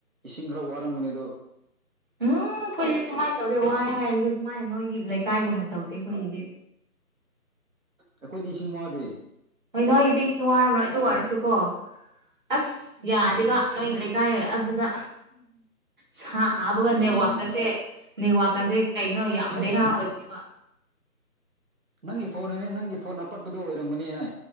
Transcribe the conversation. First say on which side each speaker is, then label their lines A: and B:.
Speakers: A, on the right (about 60°); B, on the right (about 30°).
A: ꯏꯁꯤꯡ ꯈꯔ ꯋꯥꯔꯝꯕꯅꯦ ꯑ ꯑꯗꯨ
B: ꯎꯝ ꯑꯩꯈꯣꯏꯗꯤ ꯑꯗꯨꯃꯥꯏꯅ ꯇꯧꯗꯦ ꯋꯥꯏ ꯍꯥꯏꯔꯁꯨ ꯑꯗꯨꯃꯥꯏꯅ ꯅꯣꯏꯒꯤ ꯂꯩꯀꯥꯏꯒꯨꯝꯅ ꯇꯧꯗꯦ ꯑꯩꯈꯣꯏꯒꯤꯗꯤ
A: ꯑꯩꯈꯣꯏꯗꯤ ꯏꯁꯤꯡ ꯋꯥꯗꯦ
B: ꯍꯣꯏ ꯅꯣꯏꯒꯤꯗꯤ ꯏꯁꯤꯡ ꯋꯥꯔꯝꯔꯣꯏ ꯑꯗꯨ ꯑꯣꯏꯔꯁꯨꯀꯣ ꯑꯁ ꯌꯥꯗꯦꯕ
A: ꯎꯝ
B: ꯅꯣꯏꯒꯤ ꯇꯥꯏ ꯑꯗꯨꯗ ꯁꯥꯕꯒ
A: ꯍꯥꯏꯗꯤ
B: ꯅꯦꯠꯋꯥꯛꯀꯁꯦ ꯅꯦꯠꯋꯥꯛꯀꯁꯦ
A: ꯍꯣꯏ
B: ꯀꯩꯅꯣ ꯌꯥꯝ
A: ꯌꯥꯏ
B: ꯕꯦꯔꯥ ꯑꯣꯏꯕꯅꯦꯕ
A: ꯅꯪꯒꯤ ꯐꯣꯟ ꯍꯥꯏꯅꯤ ꯅꯪꯒꯤ ꯐꯣꯟ ꯑꯄꯠꯄꯗꯨ ꯑꯣꯏꯔꯝꯒꯅꯤ ꯅ